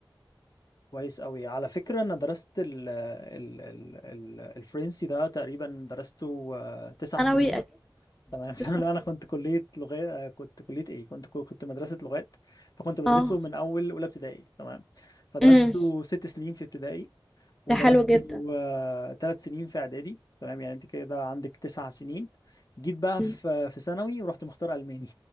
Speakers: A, on the left; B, in the centre.
A: كويس قوي على فكرة انا درست ال... ال... ال... ال- الفرنسي ده تقريبا درسته آه، تسع
B: ثانوي
A: سنين
B: أكيد
A: تمام <laughs> فانا
B: لسه ثانوي.
A: انا كنت كليه لغات كنت كليه ايه كنت كنت مدرسه لغات فكنت بدرسه
B: اه
A: من اول اولى ابتدائي تمام فدرسته
B: امم
A: ست سنين في ابتدائي ودرسته
B: ده حلو جدا
A: آه، ثلاث سنين في اعدادي تمام يعني انت كده عندك تسع سنين جيت بقى
B: مم.
A: في في ثانوي ورحت مختار الماني